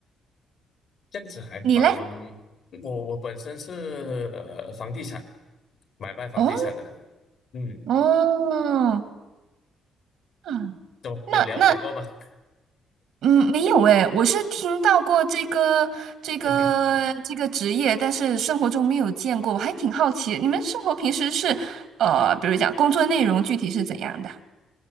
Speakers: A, on the left; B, on the right.
A: 这样子还蛮，
B: 你嘞？
A: 我我本身是呃房地产买卖房地产的，
B: 哦
A: 嗯，
B: 哦，嗯，
A: 都有了解过吗？
B: 那那嗯，没有诶，我是听到过这个这个这个职业，
A: <laughs>
B: 但是生活中没有见过，我还挺好奇，你们生活平时是呃，比如讲工作内容具体是怎样的？